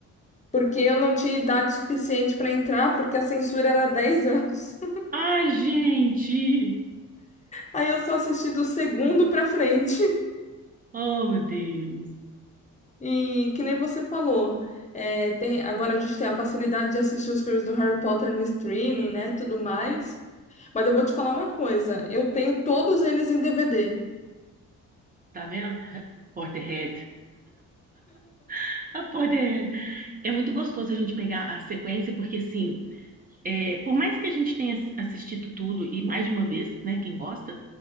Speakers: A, on the left; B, on the right.
A: Porque eu não tinha idade suficiente para entrar, porque a censura era 10 anos. <laughs>
B: Ai, gente!
A: Aí eu só assisti do segundo para frente.
B: Oh, meu Deus!
A: E que nem você falou, é, tem, agora a gente tem a facilidade de assistir os filmes do Harry Potter no streaming, né? Tudo mais. Mas eu vou te falar uma coisa: eu tenho todos eles em DVD.
B: Tá vendo? Porterhead. <laughs> A Porterhead. É muito gostoso a gente pegar a sequência, porque, assim, é, por mais que a gente tenha assistido tudo e mais de uma vez, né? Quem gosta,